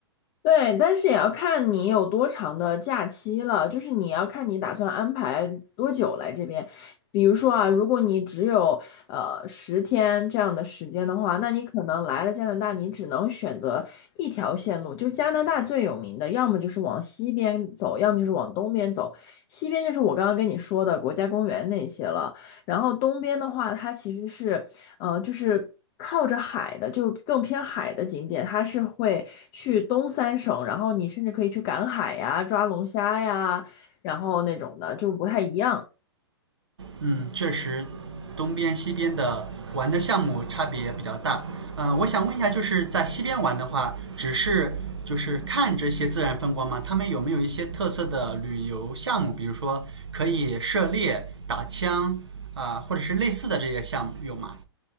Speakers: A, on the left (about 30°); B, on the right (about 80°).
A: 对，但是也要看你有多长的假期了，就是你要看你打算安排多久来这边。比如说啊，如果你只有呃十天这样的时间的话，那你可能来了加拿大，你只能选择一条线路，就是加拿大最有名的，要么就是往西边走，要么就是往东边走。西边就是我刚刚跟你说的国家公园那些了，然后东边的话，它其实是呃，就是靠着海的，就更偏海的景点，它是会去东三省，然后你甚至可以去赶海呀、抓龙虾呀，然后那种的，就不太一样。
B: 嗯，确实，东边西边的玩的项目差别比较大。嗯、我想问一下，就是在西边玩的话，只是就是看这些自然风光吗？他们有没有一些特色的旅游项目？比如说可以狩猎、打枪啊、或者是类似的这些项目有吗？